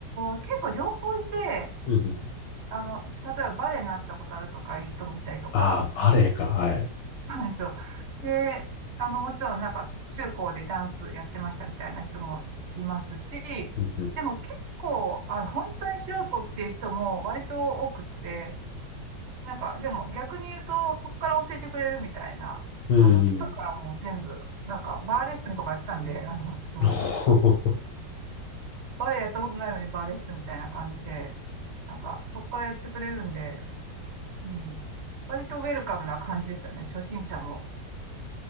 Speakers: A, on the right (about 50°); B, on the left (about 85°).
A: 結構両方いて、
B: うんうん。
A: あの、例えばバレエになったことあるとかいう人もいたりとか、
B: ああ、バレエか。はい。
A: なんですよ。で、あの、もちろんなんか中高でダンスやってましたみたいな人もいますし、
B: うんうん。
A: でも結構、あの、本当に素人っていう人も割と多くって、なんか、でも逆に言うと、そこから教えてくれるみたいな、
B: うんうん
A: あの、基礎からもう全部、なんか、バーレッスンとかやってたんで、あの、基礎の。
B: <laughs>
A: バレエやったことないのにバーレッスンみたいな感じで、なんか、そこからやってくれるんで、うん。割とウェルカムな感じでしたね、初心者も。